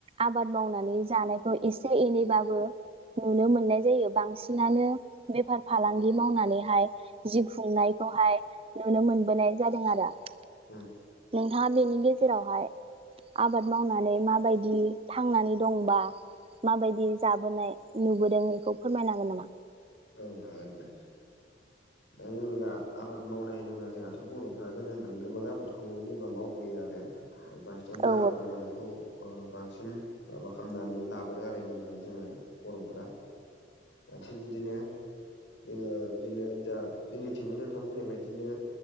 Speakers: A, on the right; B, on the left.
A: आबाद मावनानै जानायखौ एसे एनैबाबो नुनो मोननाय जायो । बांसिनानो बेफार फालांगि मावनानैहाय जिउ खुंनायखौहाय नुनो मोनबोनाय जादों आरो ।
B: उम
A: नोंथांङा बेनि गेजेरावहाय आबाद मावनानै माबायदि थांनानै दं बा माबायदि जाबोनाय नुबोदों बेखौ फोरमायनांगोन नामा?
B: औ हागोनदा? दा जेनेबा जों आबाद मावनाय होनोबा जोंहाथ' बर'फ्रा गोदोनिफ्राय गोबां आबादखौ जेनेबा मावबो फारसेथिं जोंहा
A: औ
B: आबाद मावनायखौ ओ बांसिन माबा खालामनानै लाबोदों आरो जेनेबा जोंङो बर'फोरा दा,, बिदिनो जोंङो बिदिनो दा जोंनिथिंबो नोंथां मोनि बायदिनो